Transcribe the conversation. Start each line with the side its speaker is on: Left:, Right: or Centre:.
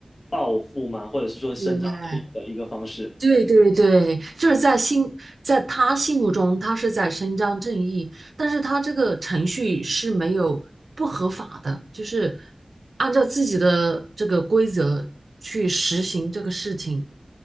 Left: 报复嘛，或者是说伸张正义的一个方式。
Right: 对。对对对，就是在心，在他心目中，他是在伸张正义，但是他这个程序是没有不合法的，就是按照自己的这个规则去实行这个事情，